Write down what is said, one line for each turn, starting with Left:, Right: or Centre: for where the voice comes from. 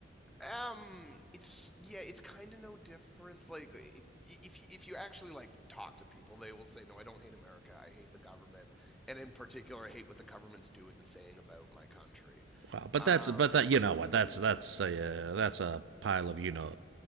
Centre: Um, it's yeah, it's kind of no difference. Like i- if you- if you actually like talk to people, they will say, "No, I don't hate America. I hate the government, and in particular, I hate what the government's doing and saying about my country."
Right: Wow, but
Centre: Um,
Right: that's but that you know what that's that's a uh, that's a pile of you know